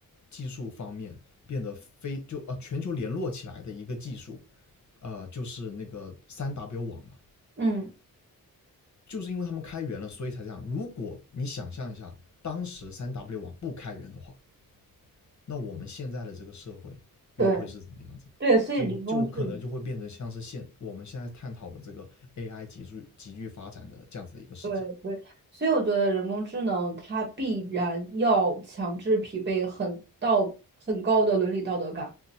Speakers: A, on the left; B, on the right.
A: 技术方面变得非就啊呃全球联络起来的一个技术，呃就是那个三 W 网嘛。
B: 嗯，
A: 就是因为他们开源了，所以才这样。如果你想象一下，当时三 W 网不开源的话，那我们现在的这个社会又会是怎么样子呢？
B: 对对，所以人工智能。
A: 就就可能就会变成像是现我们现在探讨的这个 AI 急剧急剧发展的这样子的一个世界。
B: 对对，所以我觉得人工智能它必然要强制匹配很道很高的伦理道德感，